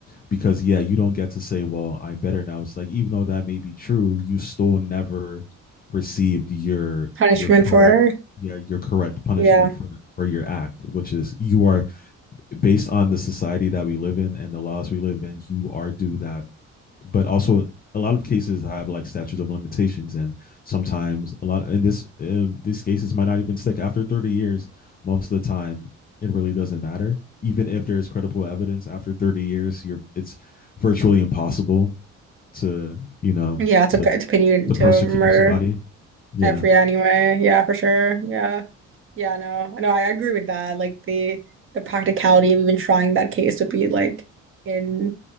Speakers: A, on the left; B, on the right.
A: because yeah you don't get to say well i'm better now it's like even though that may be true you still never received your
B: punishment
A: your correct
B: for
A: yeah your correct punishment
B: yeah.
A: for for your act which is you are based on the society that we live in and the laws we live in you are due that but also a lot of cases have like statutes of limitations and sometimes a lot in this um, these cases might not even stick after 30 years most of the time it really doesn't matter even if there's credible evidence after 30 years you're it's virtually impossible to you know
B: Yeah, to
A: to
B: put to pin you into
A: to persecute
B: murder
A: somebody yeah
B: every anyway. Yeah, for sure. Yeah. Yeah, no. No, I agree with that. Like the the practicality of even trying that case would be like in